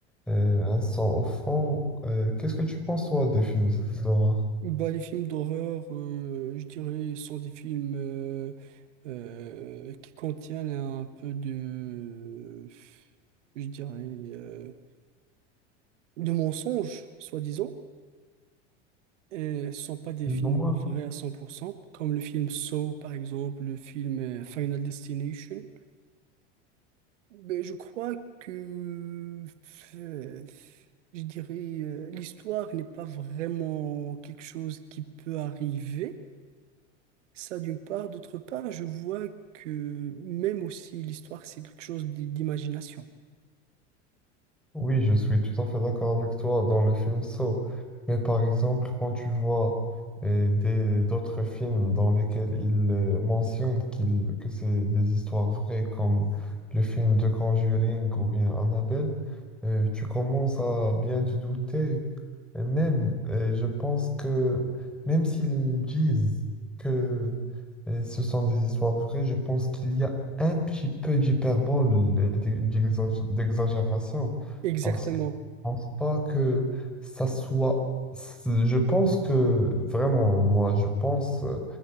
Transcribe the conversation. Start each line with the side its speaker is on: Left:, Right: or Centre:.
Centre: euh, un son au fond. Euh, qu'est-ce que tu penses, toi, des films d'horreur?
Right: Bah, les films d'horreur, euh, je dirais, sont des films euh, euh, qui contiennent un peu de, je dirais, euh, de mensonges, soi-disant. Et ce ne sont pas des
Centre: Dis-moi
Right: films vrais à 100%, comme le film Saw, par exemple, le film euh, Final Destination. Mais je crois que, euh, je dirais, euh, l'histoire n'est pas vraiment quelque chose qui peut arriver. Ça d'une part. D'autre part, je vois que même aussi l'histoire, c'est quelque chose d'i- d'imagination.
Centre: Oui, je suis tout à fait d'accord avec toi dans le film Saw. Mais par exemple, quand tu vois euh, des, d'autres films dans lesquels ils euh, mentionnent qu'il, que c'est des histoires vraies, comme le film de Conjuring ou bien Annabelle, euh, tu commences à bien te douter. Et même, euh, je pense que même s'ils disent que euh, ce sont des histoires vraies, je pense qu'il y a un petit peu d'hyperbole et d'exa- d'exagération.
Right: Exactement.
Centre: Parce que je pense pas que ça soit. Je pense que vraiment, moi, je pense. euh,